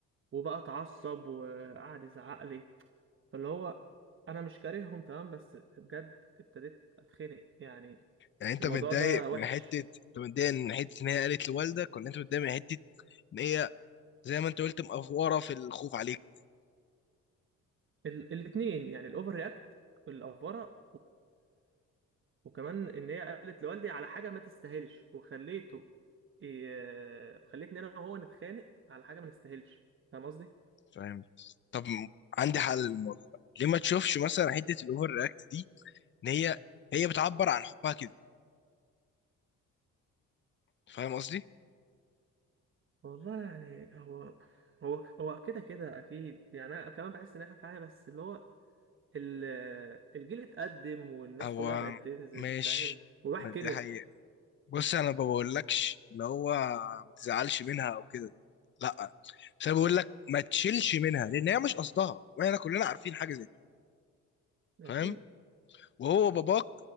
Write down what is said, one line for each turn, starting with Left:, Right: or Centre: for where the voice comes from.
Right: وبقى اتعصب وقعد يزعق لي فاللي هو انا مش كارههم تمام بس بجد ابتديت اتخنق يعني
Left: يعني انت
Right: الموضوع
Left: متضايق
Right: ده وحش
Left: من حته انت متضايق من حته ان هي قالت لوالدك ولا انت متضايق من حته ان هي زي ما انت قلت مقفوره في الخوف عليك
Right: ال الاتنين يعني الاوفر رياكت والافوره وكمان ان هي قالت لوالدي على حاجه ما تستاهلش وخليته ي- خليتني انا وهو نتخانق على حاجه ما نستاهلش فاهم قصدي
Left: فاهم طب عندي حل للموضوع ده ليه ما تشوفش مثلا حته الاوفر رياكت دي ان هي هي بتعبر عن حبها كده فاهم قصدي
Right: والله يعني هو هو هو كده كده اكيد يعني انا كمان بحس ان انا خايف عليه بس اللي هو ال- الجيل اتقدم والناس
Left: هو
Right: كلها بقت تنزل
Left: ماشي
Right: فاهم والواحد
Left: ما
Right: كبر
Left: دي حقيقة بص انا ما بقولكش اللي هو ما تزعلش منها او كده لا بس انا بقول لك ما تشيلش منها لان هي مش قصدها واحنا كلنا عارفين حاجة زي دي
Right: اكيد
Left: فاهم وهو باباك